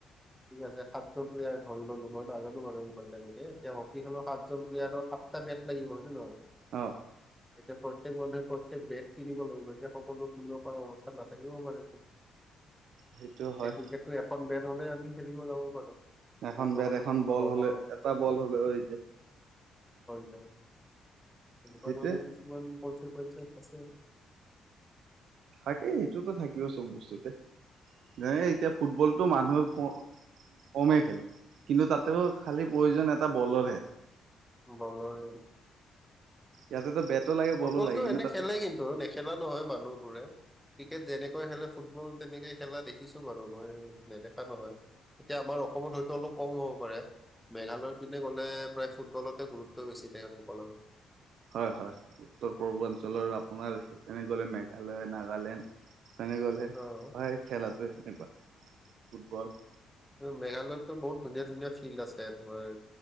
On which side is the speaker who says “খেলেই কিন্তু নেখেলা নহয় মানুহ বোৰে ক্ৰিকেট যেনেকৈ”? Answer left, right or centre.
Centre